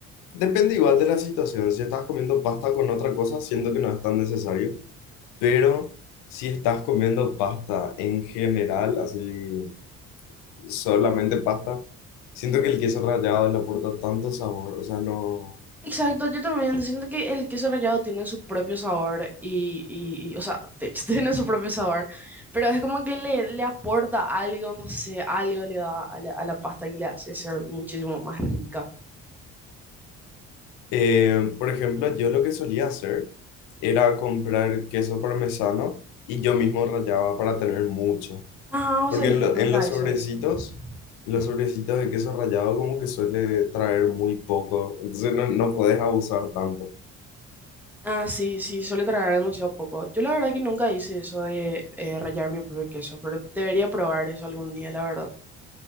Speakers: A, on the left (about 80°); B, in the centre.
A: depende igual de la situación. Si estás comiendo pasta con otra cosa, siento que no es tan necesario. Pero si estás comiendo pasta en general, así solamente pasta, siento que el queso rallado le aporta tanto sabor. O sea, no.
B: Exacto, yo también siento que el queso rallado tiene su propio sabor y, y- y, o sea, de hecho <laughs> tiene su propio sabor, pero es como que le, le aporta algo, no sé, algo le da a la, a la pasta y le hace ser muchísimo más rica.
A: Eh, por ejemplo, yo lo que solía hacer era comprar queso parmesano y yo mismo rallaba para tener mucho.
B: Ah, o
A: Porque
B: sea que
A: en,
B: yo
A: lo-
B: nunca
A: en los
B: hice
A: sobrecitos,
B: eso.
A: los
B: Ujú.
A: sobrecitos de queso rallado como que suele traer muy poco. Entonces no, no podés abusar tanto.
B: Ah, sí, sí, suele traer demasiado poco. Yo la verdad que nunca hice eso de eh, rallar mi propio queso, pero debería probar eso algún día, la verdad.